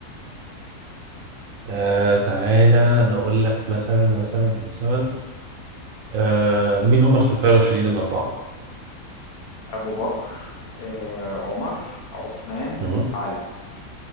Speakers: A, on the right (about 70°); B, on the left (about 75°).
A: آه، تعالى نقول لك مثلا مثلا مثلا آه، مين هم الخلفاء الراشدين الأربعة؟
B: أبو بكر آه، عمر عثمان
A: مهم.
B: علي